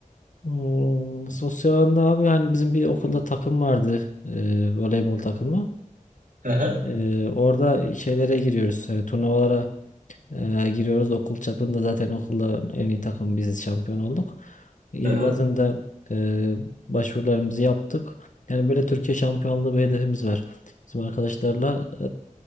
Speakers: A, on the left; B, on the right.
A: Hmm, sosyal alanda abi hani bizim bir okulda takım vardı. e, voleybol takımı.
B: Hı hı.
A: E, orada şeylere giriyoruz. Hani turnuvalara Ee, giriyoruz okul çapında zaten okulda en iyi takım biziz şampiyon olduk. İl
B: Hı hı.
A: bazında e, başvurularımızı yaptık. Yani böyle Türkiye şampiyonluğu bir hedefimiz var. Bizim arkadaşlarla